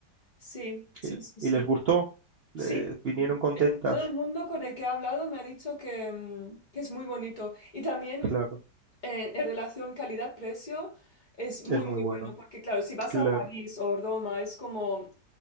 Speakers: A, on the left; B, on the right.
A: Sí, sí,
B: ¿Y
A: sí, sí.
B: y les gustó?
A: Sí.
B: ¿Le- vinieron contentas?
A: Todo el mundo con el que he hablado me ha dicho que, mm, que es muy bonito. Y también
B: Claro.
A: eh, en relación calidad-precio es muy,
B: Es muy
A: muy
B: bueno,
A: bueno, porque claro, si vas
B: claro,
A: a París o Roma es como